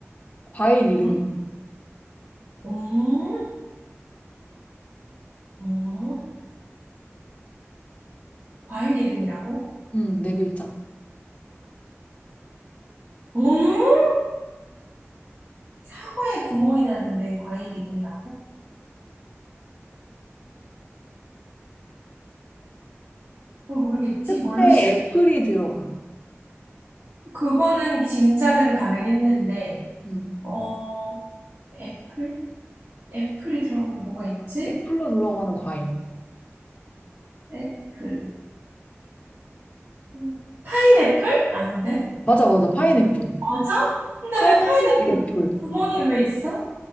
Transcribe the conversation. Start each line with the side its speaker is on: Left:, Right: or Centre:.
Left: 과일 이름.
Right: 응? 음? 어, 과일 이름이라고?
Left: 음, 네 글자.
Right: 음? 사과에 구멍이 나는데 과일 이름이라고? 어, 모르겠지?
Left: 끝에
Right: 뭘로 시작해?
Left: 애플이 들어가.
Right: 그거는 짐작은 가능했는데,
Left: 음,
Right: 어, 애플? 애플이 들어가는 게 뭐가 있지?
Left: 애플로 들어가는 과일.
Right: 애플. 음. 파인애플? 아닌데?
Left: 맞아, 맞아. 파인애플.
Right: 맞아? 근데
Left: 파인애플.
Right: 왜 파인애플 구멍이 왜 있어?